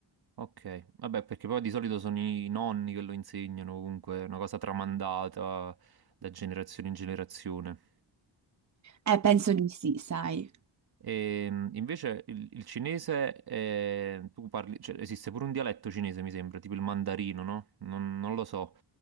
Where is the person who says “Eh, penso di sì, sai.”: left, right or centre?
Right